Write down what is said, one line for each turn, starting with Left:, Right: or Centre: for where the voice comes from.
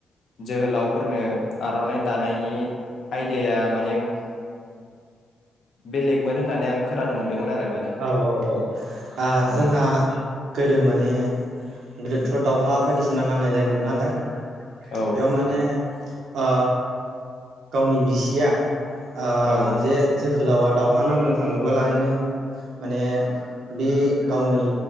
Left: जोहोलावफोरनो आरनाइ दानायनि आयदा मा <unintelligible> बेलेगमोन होननानै आं खोनानो मोनदोंमोन आरो माने
Right: औ औ औ आ
Left: औ
Right: जोंहा गोदो माने गिदिरफोर दावउहा बायदिसिना नांनाय जायोमोन नालाय
Left: औ
Right: बेव माने ओ गावनि बिसिया आ
Left: औ
Right: जे जों जोहोलावा दाव हा नांनो थाङोब्लानो माने बे गावनि